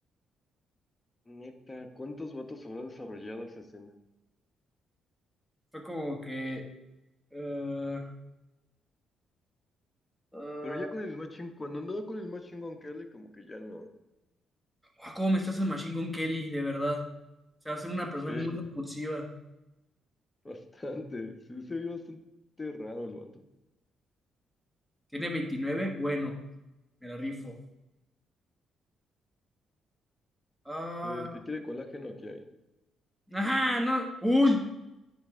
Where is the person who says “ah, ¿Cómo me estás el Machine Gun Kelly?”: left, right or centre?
Centre